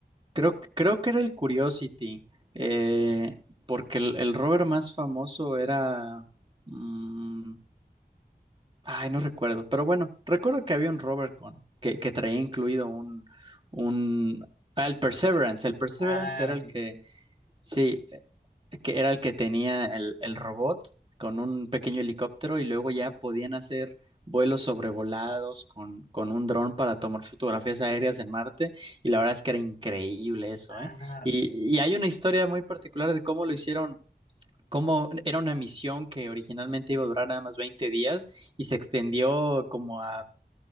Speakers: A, on the right (about 30°); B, on the left (about 75°).
A: Creo, creo que era el Curiosity, eh, porque el, el rover más famoso era... mm, ay, no recuerdo, pero bueno, recuerdo que había un rover con, que, que traía incluido un, un... ah, el Perseverance, el Perseverance
B: Ah,
A: era el
B: sí,
A: que
B: sí. sí.
A: Sí, eh, que era el que tenía el, el robot con un pequeño helicóptero y luego ya podían hacer vuelos sobrevolados con, con un dron para tomar fotografías aéreas en Marte y la verdad es que era increíble eso,
B: Ah.
A: ¿eh? Y, y hay una historia muy particular de cómo lo hicieron. cómo era una misión que originalmente iba a durar nada más 20 días y se extendió como a